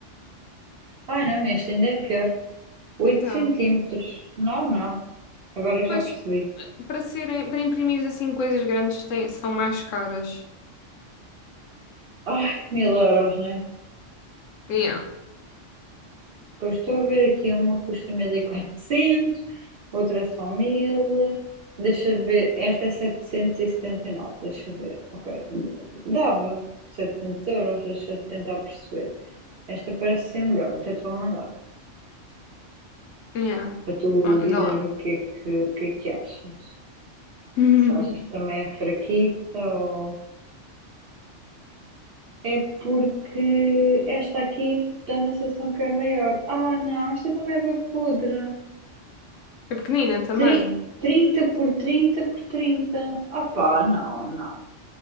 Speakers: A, on the right; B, on the left.
A: Ai não, este ainda é pior. oito
B: Então,
A: centímetros. Não, não, agora
B: pois,
A: já percebi.
B: eh, para serem, para imprimir assim coisas grandes têm- são mais caras.
A: Ai, mil euros, né?
B: Yeah,
A: Depois estou a ver aqui uma custa 1400, outra só 1000. Deixa ver, esta é setecentos e e setenta e nove. deixa ver. Ok, dava 700 euros, deixa eu tentar perceber. Esta parece ser melhor, até te vou mandar,
B: yeah,
A: para tu
B: Ah, anda
A: dizeres-me
B: lá.
A: o que é que, o que é que achas.
B: <laughs>
A: Se achas que também é fraquita ou... É porque esta aqui dá uma sensação que é maior. Ah, não, esta também é bem podre.
B: É pequenina também.
A: Tri- 30 por trinta por 30, Opá, não, não.